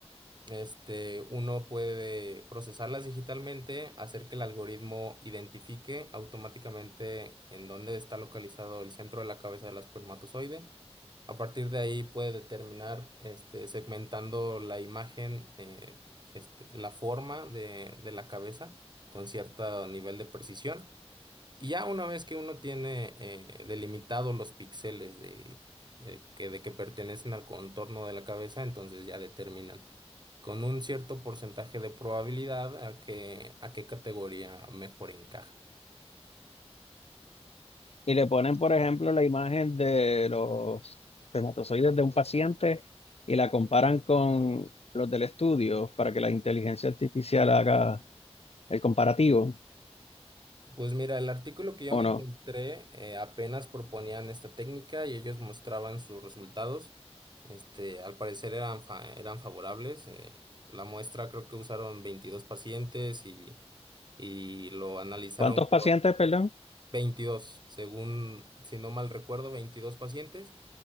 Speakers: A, on the right (about 40°); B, on the left (about 65°).
A: este, uno puede procesarlas digitalmente, hacer que el algoritmo identifique automáticamente en dónde está localizado el centro de la cabeza del espermatozoide a partir de ahí puede determinar, este, segmentando la imagen, eh, este, la forma de, de la cabeza con cierto nivel de precisión. Y ya una vez que uno tiene eh, delimitados los píxeles de, eh, que, de que pertenecen al contorno de la cabeza, entonces ya determinan con un cierto porcentaje de probabilidad a qué, a qué categoría mejor encaja.
B: Y le ponen, por ejemplo, la imagen de los espermatozoides de un paciente y la comparan con los del estudio para que la inteligencia artificial haga el comparativo,
A: Pues mira, el artículo que yo
B: ¿o
A: me
B: no?
A: encontré eh, apenas proponían esta técnica y ellos mostraban sus resultados. Este, al parecer eran, fa- eran favorables. eh, la muestra creo que usaron 22 pacientes y, y lo analizaron
B: ¿Cuántos pacientes, perdón?
A: 22 según, si no mal recuerdo, 22 pacientes,